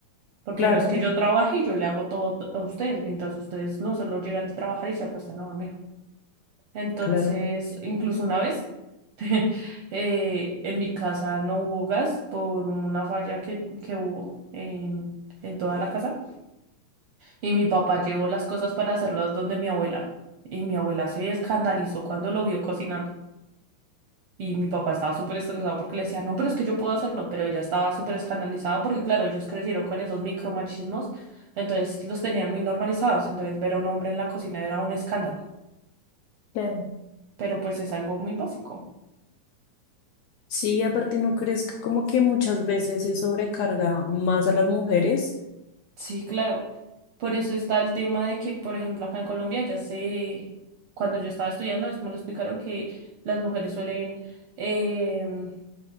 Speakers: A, on the right (about 70°); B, on the left (about 75°).
A: porque
B: Claro,
A: no es que yo trabaje y yo le hago todo a ustedes, mientras ustedes no solo llegan de trabajar y se acuestan a dormir. Entonces,
B: claro,
A: incluso una vez, <laughs> eh, en mi casa no hubo gas por una falla que, que hubo em, en toda la casa y mi papá llevó las cosas para hacerlas donde mi abuela. Y mi abuela se escandalizó cuando lo vio cocinando. Y mi papá estaba súper estresado porque le decía, no, pero es que yo puedo hacerlo, pero ella estaba súper escandalizada porque, claro, ellos crecieron con esos micromachismos, entonces los tenían muy normalizados, entonces ver a un hombre en la cocina era un escándalo,
B: claro.
A: pero pues es algo muy básico.
B: Sí, aparte no crees que como que muchas veces se sobrecarga más a las mujeres
A: Sí, claro. Por eso está el tema de que, por ejemplo, acá en Colombia ya sé, cuando yo estaba estudiando, eso me lo explicaron, que las mujeres suelen, em,